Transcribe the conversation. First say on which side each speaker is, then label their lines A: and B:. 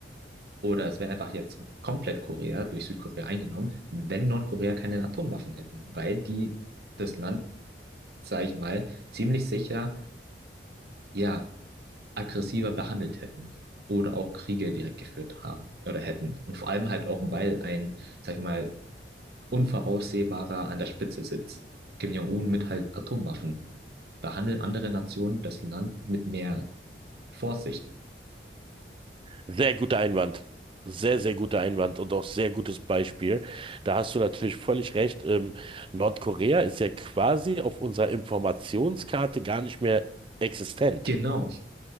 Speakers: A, on the right (about 60°); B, on the right (about 30°).
A: oder es wäre einfach jetzt komplett Korea durch Südkorea eingenommen, wenn Nordkorea keine Atomwaffen hätten, weil die das Land, sage ich mal, ziemlich sicher, ja, aggressiver behandelt hätten oder auch Kriege direkt geführt haben oder hätten. Und vor allem halt auch, weil ein, sag ich mal, unvoraussehbarer an der Spitze sitzt. Kim Jong-un mit halt Atomwaffen. Behandeln andere Nationen das Land mit mehr Vorsicht.
B: Sehr guter Einwand. Sehr, sehr guter Einwand und auch sehr gutes Beispiel. Da hast du natürlich völlig recht. Ähm, Nordkorea ist ja quasi auf unserer Informationskarte gar nicht mehr existent.
A: Genau.